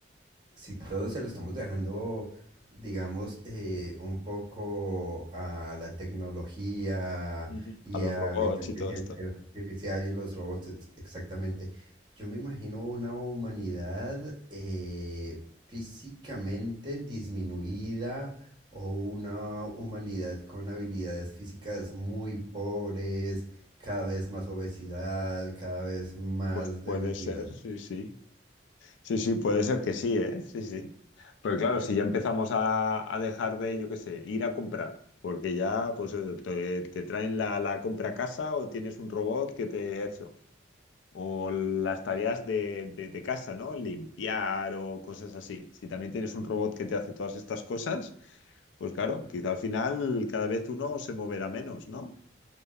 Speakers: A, on the right (about 25°); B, on the left (about 80°).
A: si todo se lo estamos dejando, digamos, eh, un poco a la tecnología
B: Ujú.
A: y
B: A los
A: a
B: robots
A: la inteligencia
B: y todo esto.
A: artificial y los robots, ex- exactamente, yo me imagino una humanidad eh, físicamente disminuida o una humanidad con habilidades físicas muy pobres, cada vez más obesidad, cada vez más
B: Pues
A: debilidad.
B: puede ser, sí, sí. Sí, sí, puede ser que sí, ¿eh? Sí, sí. Pero claro, si ya empezamos a, a dejar de, yo qué sé, ir a comprar, porque ya pues eh, te, te traen la, la compra a casa o tienes un robot que te eso. O las tareas de, de de casa, ¿no? Limpiar o cosas así. Si también tienes un robot que te hace todas estas cosas. Pues claro, quizá al final cada vez uno se moverá menos, ¿no?